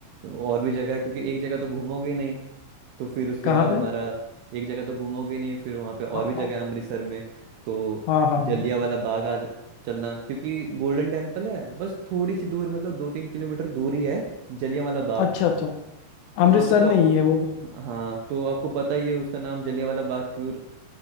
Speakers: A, on the right; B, on the left.
A: और भी जगह है, क्योंकि एक जगह तो घूमोगे नहीं तो फिर उसके
B: कहाँ
A: बाद हमारा
B: पे
A: एक जगह तो घूमोगे नहीं फिर वहाँ पे और
B: हाँ
A: भी जगह
B: हाँ
A: है अमृतसर में तो
B: हाँ हाँ
A: जलिया वाला बाग आ ज- चलना क्योंकि गोल्डन टेम्पल है बस थोड़ी सी दूर मतलब दो तीन किलोमीटर दूर ही है जलिया वाला बाग
B: अच्छा अच्छा अमृतसर
A: वहाँ पे तो
B: में
A: आपको
B: ही है वो भी
A: हाँ तो आपको पता ही है उसका नाम जलिया वाला बाग क्यों